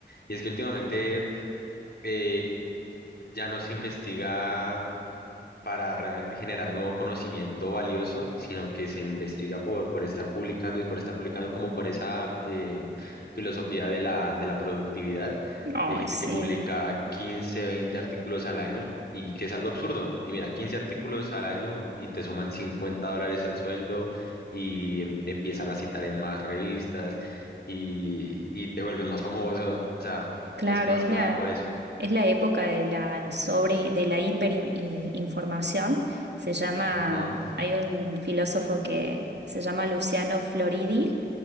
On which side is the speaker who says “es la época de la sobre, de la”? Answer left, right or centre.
Right